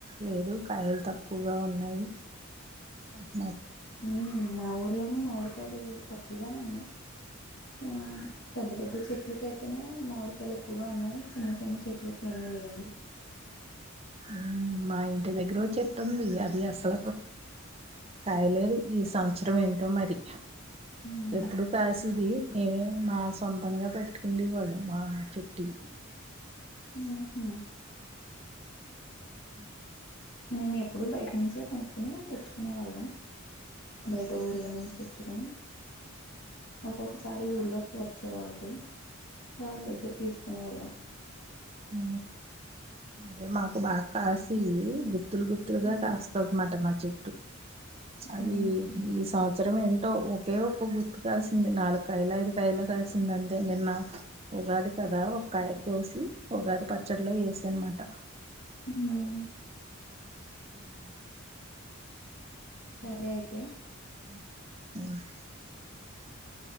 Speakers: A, on the right; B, on the left.
A: లేదు కాయల్ తక్కువగా ఉన్నాయి ఆ
B: ఉ మా ఊర్లోను మామిడిక్ తెలు తక్కువగానే ఉన్నాయ్ ఆ పెద్ద పెద్ద చెట్లుకై అయితేనే మామిడికాయలు ఎక్కువగా ఉన్నాయ్, చిన్న చిన్న చెట్లలకి ఏమీ లేవు.
A: ఉ మై ఇంటి దగ్గర ఓ చెట్టు ఉంది అది అసలు క కాయలేదు ఈ సంవత్సరం ఏంటో మరి.
B: మ్మ్
A: ఎప్పుడు కాసిది నేనేమే మా సొంతంగా పెట్టుకుండే వాళ్ళం మా చెట్టుయి
B: ఊహు
A: <inaudible>
B: మేము ఎప్పుడూ బయట్నించే కొనుక్కునే తెచ్చుకునే వాళ్ళం బయట ఊర్ళ నుంచి తెచ్చుకొని ఒక్కొక్కసారి ఊర్లోకి వ చ్చె వాల్ రు వాళ్దగ్గర్ తీసుకునే వాళ్ళం
A: హా అదే మాకు బా కాసేయి గు త్తులు గుత్తులుగా
B: మ్మ్
A: కాస్తన్నమాట మా చెట్టు అదీ
B: మ్మ్
A: ఈ సంవత్సరం లో ఒకే ఒక్క గుత్తు కాసింది నాలుక్కాయలు ఐదు కాయలు కాస్ సిందింతే నిన్న ఉగాది కదా ఒక్కాయ కోసి ఉగాది పచ్చడిలో ఏసన్మాట
B: ఇంగా
A: <inaudible>
B: <inaudible>
A: <unintelligible>
B: అయితే
A: <inaudible>